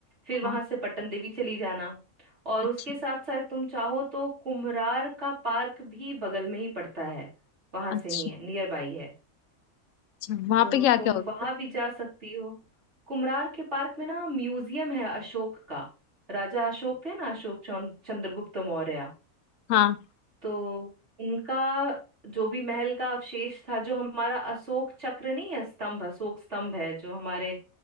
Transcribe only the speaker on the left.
हाँ
अच्छा
अच्छा
अच्छा वहां
पे क्या
क्या होता
है
हाँ